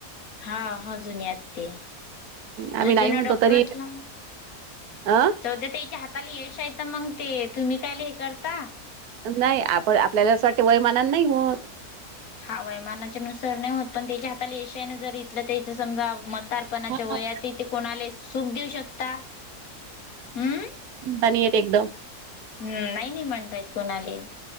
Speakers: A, on the left; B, on the right.
A: हा ह जुने यात ते
B: आम्ही
A: जो
B: नाही
A: जुन
B: म्हणतो
A: डॉक्टर
B: तरी
A: असला
B: अ
A: त देते हिच्या हात ताला यश आहे तर मग ते तुम्ही काय ल हे करता
B: नाही आपण आपल्याला असं वाटते वयमानान नाही होत.
A: हां वयमानाच्या नुसार नाही होत पण त्याच्या हाताला यश आहे ना जर इथलं त्याच समजा म्हा तारपणाच्या
B: हा
A: वयातही तेे कोणाला सुख देऊ शकता. हम्म
B: बाणी येत एकदम.
A: हम्म नाही नाई म्हणता येत कोणाली.